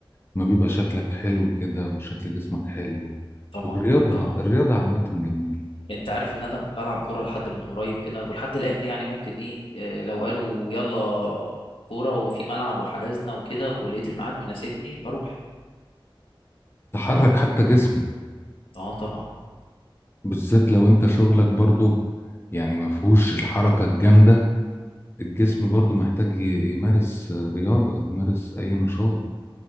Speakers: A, on the left (about 25°); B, on the left (about 80°).
A: ما بيبقى شكلك حلو كده وشكل جسمك حلو
B: طبعا
A: والرياضة
B: طبعا
A: الرياضة عامة جميلة
B: انت عارف ان انا بلعب كوره لحد من قريب كده ولحد الايام دي يعني ممكن ايه آه لو قالوا يلا كوره وفي ملعب وحجزنا وكده ولقيت الميعاد مناسبني بروح
A: تحرك حتى جسمك
B: اه طبعا
A: بالذات لو انت شغلك برضو يعني ما فيهوش الحركة الجامدة الجسم برضو محتاج ي- يمارس رياضة يمارس أي نشاط